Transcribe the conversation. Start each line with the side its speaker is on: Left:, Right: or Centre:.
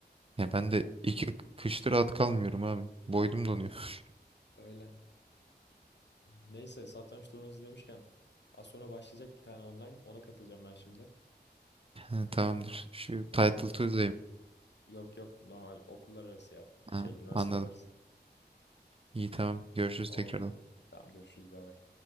Right: Ya ben de iki kıştır atkı almıyorum abi. Boydum donuyor. <laughs>
Left: Öyle. Neyse satranç turnuvası demişken az sonra başlayacak bir tane online. Ona katılacağım ben şimdi.
Right: Ha, tamamdır. Şu
Left: Okey.
Right: title Tuesday'im.
Left: Yok yok normal okullar arası ya.
Right: Ha,
Left: Şey üniversiteler
Right: anladım.
Left: arası.
Right: İyi tamam. Görüşürüz
Left: Oldu.
Right: tekrardan.
Left: Tamam görüşürüz bay bay.